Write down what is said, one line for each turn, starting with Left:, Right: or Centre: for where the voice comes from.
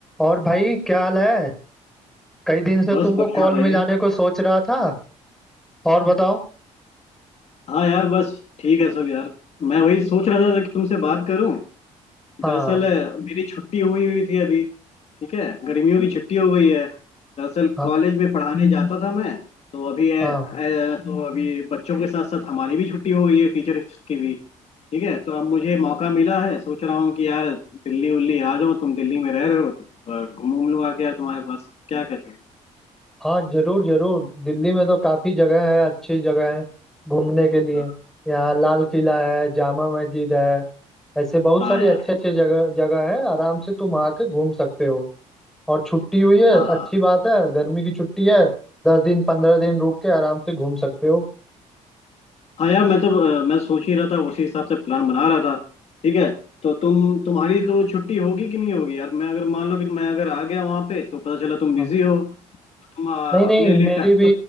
Centre: और भाई क्या हाल है कई दिन से
Left: बस
Centre: तुमको
Left: बढ़िया
Centre: कॉल
Left: भाई
Centre: मिलाने को सोच रहा था और बताओ
Left: हाँ यार बस ठीक है सब यार मैं वही सोच रहा था कि तुमसे बात करूं
Centre: हाँ
Left: दरअसल अ, मेरी छुट्टी हुई हुई थी अभी ठीक है गर्मियों की छुट्टी हो गई है दरअसल
Centre: हाँ
Left: कॉलेज में पढ़ाने जाता था मैं तो अभी अ,
Centre: हाँ
Left: अ, तो अभी बच्चों के साथ साथ हमारी भी छुट्टी हो गई है टीचर्स की भी ठीक है तो अब मुझे मौका मिला है सोच रहा हूँ कि यार दिल्ली उल्ली आ जाओ तुम दिल्ली में रह रहे हो तो अ, घूम उम लूँ आके यार तुम्हारे पास क्या कहते हो
Centre: हाँ जरूर जरूर दिल्ली में तो काफी जगह है अच्छी जगह है घूमने के लिए
Left: हाँ
Centre: यहाँ लाल किला है जामा मस्जिद है ऐसे बहुत
Left: हाँ
Centre: सारी
Left: यार
Centre: अच्छे अच्छे जगह जगह है आराम से तुम आके घूम सकते हो और छुट्टी हुई है
Left: हाँ
Centre: अच्छी बात है गर्मी की छुट्टी है दस दिन पंद्रह दिन रुक के आराम से घूम सकते हो
Left: हाँ यार मैं तो अ, मैं सोच ही रहा था उसी हिसाब से प्लान बना रहा था ठीक है तो तुम तुम्हारी तो छुट्टी होगी कि नहीं होगी यार मैं अगर मान लो कि मैं अगर आ गया वहां पे तो पता चला तुम बिजी
Centre: हाँ
Left: हो तुम अ,
Centre: नहीं नहीं
Left: अपने लिए
Centre: मेरी
Left: टाइम
Centre: भी